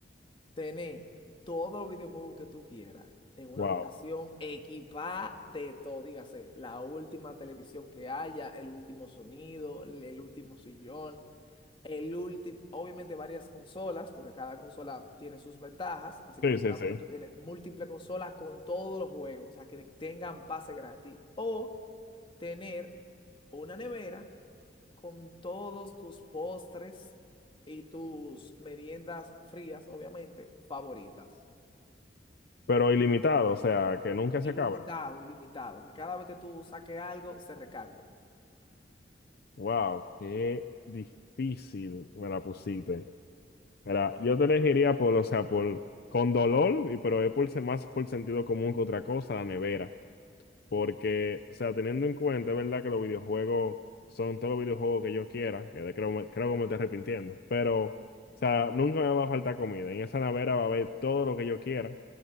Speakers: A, on the left; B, on the left.
A: Tener todos los videojuegos que tú quieras en una
B: wow.
A: habitación equipada de todo, dígase, la última televisión que haya, el último sonido, el el último sillón, el último, obviamente varias consolas, porque cada consola tiene sus ventajas, así que
B: Sí,
A: digamos
B: sí, sí.
A: que tú tienes múltiples consolas con todos los juegos, o sea, que tengan pase gratis, o tener una nevera con todos tus postres y tus meriendas frías, obviamente, favoritas.
B: Pero ilimitado, o sea, que nunca
A: Ilimitado,
B: se acaba.
A: ilimitado. Que cada vez que tú saques algo, se recargue.
B: Wow, qué difícil me la pusiste. Mira, yo te elegiría por, o sea, por, con dolor, y pero es por, se- más por sentido común que otra cosa, la nevera. Porque, o sea, teniendo en cuenta, es verdad que los videojuegos son todos los videojuegos que yo quiera, que de- creo, me- creo que me estoy arrepintiendo, pero, o sea, nunca me va a faltar comida. En esa nevera va a haber todo lo que yo quiera.